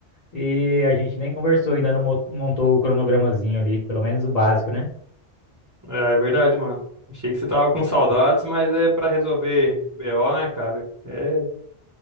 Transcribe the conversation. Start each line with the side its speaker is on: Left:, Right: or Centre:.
Left: e a gente nem conversou ainda, não mo- montou o cronogramazinho ali, pelo menos o básico, né?
Right: É, é verdade, mano. Achei que você tava com saudades, mas é pra resolver BO, né, cara? É,